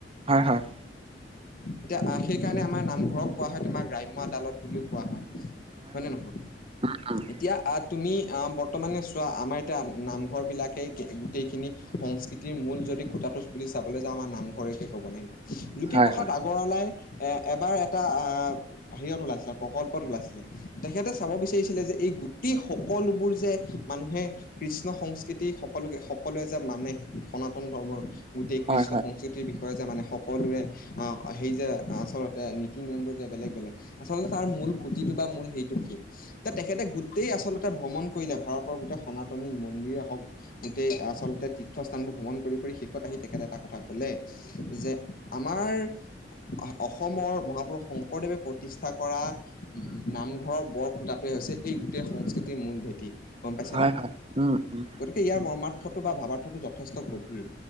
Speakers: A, on the right; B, on the left.
A: হয়, হয়।
B: এতিয়া আ সেইকাৰণে আমাৰ নামঘৰক কোৱা হয় তোমাৰ গ্ৰাম্য আদালত বুলি কোৱা হয়। হয় নে নহয়।
A: আ, উম্।
B: এতিয়া আহ তুমি আহ বৰ্তমানে চোৱা আমাৰ এতিয়া নামঘৰ বিলাকে গোটেইখিনি সংস্কৃতি মূল যদি খুটাটোচ বুলি চাবলৈ যাওঁ আমাৰ নামঘৰে ক'ব লাগিব। জ্যোতি
A: হয়
B: প্ৰসাদ আগৰৱালাই এ- এবাৰ এটা আহ হৰিয়ত ওলাইছিলে প্ৰকল্পত ওলাইছিলে। তেখেতে চাব বিচাৰিছিলে যে এই গোটেই সকলোবোৰ যে মানুহে। কৃষ্ণ সংস্কৃতি সকলোকে সকলোৱে যে মানে সনাতন ধৰ্মৰ গোটেই
A: হয়
B: কৃষ্ণ
A: হয়
B: সংস্কৃতিৰ বিষয়ে যে মানে সকলোৰে। অ' সেই যে আচলতে নীতি-নিয়মবোৰ যে বেলেগ বেলেগ আচলতে তাৰ মূল খুঁতিটো বা মূল সেইটো কি? এ তেখেতে গোটেই আচলতে ভ্ৰমণ কৰিলে ভাৰতৰ গোটেই সনাতনী মন্দিৰে হওঁক। গোটেই আচলতে তীৰ্থস্থানবোৰ ভ্ৰমণ কৰি কৰি শেষত আহি তেখেতে এটা কথা ক'লে যে আমাৰ আহ অসমৰ মহাপুৰুষ শংকৰদেৱে প্ৰতিষ্ঠা কৰা নামঘৰৰ বৰ খুঁটাটোৱে হৈছে এই গোটেই সংস্কৃতিৰ মূল ভেটি। গম পাইছে
A: হয়
B: নে
A: হয় উম উম
B: গতিকে ইয়াৰ মৰ্মাৰ্থটো বা ভাবাৰ্থটো যথেষ্ট গভীৰ।